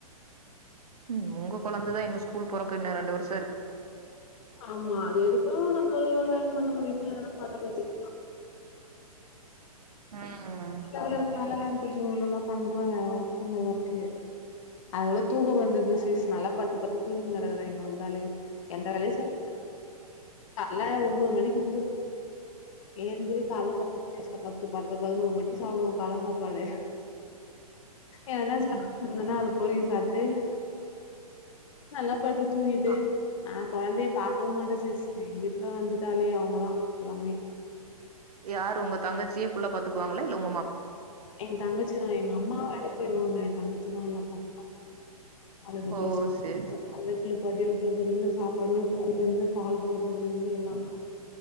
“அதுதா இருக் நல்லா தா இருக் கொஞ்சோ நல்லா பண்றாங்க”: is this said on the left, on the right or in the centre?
Left